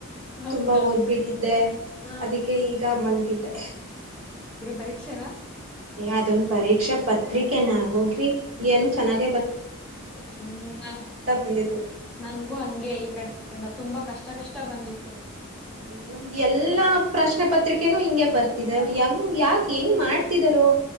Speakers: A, in the centre; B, on the right.
A: ಹೌದಾ
B: ತುಂಬಾ ಓದ್ಬಿಟ್ಟಿದ್ದೆ
A: ಹಾ
B: ಅದಕ್ಕೆ ಈಗ ಮಲ್ಗಿದ್ದೆ
A: ಪರೀಕ್ಷೆನಾ
B: ಅದೊಂದ ಪರೀಕ್ಷಾ ಪತ್ರಿಕೆನ ಹೋಗ್ರಿ ಏನು ಚೆನ್ನಾಗಿ
A: ಹ್ಮ
B: ಬಂದಿತ್ತು
A: ನನ್ಗೂ ಹಂಗೆ ಈ ಕಡೆ ತುಂಬಾ ಕಷ್ಟ ಕಷ್ಟ ಬಂದಿತ್ತು
B: ಹ್ಮ ನಮ್ಗೆ ಎಲ್ಲಾ ಪ್ರಶ್ನೆ ಪತ್ರಿಕೆನೂ ಹಿಂಗೆ ಬರ್ತಿದೆ ಅವ್ರು ಯಂಗ ಯಾಕ ಹೆಂಗ್ ಮಾಡ್ತಿದರು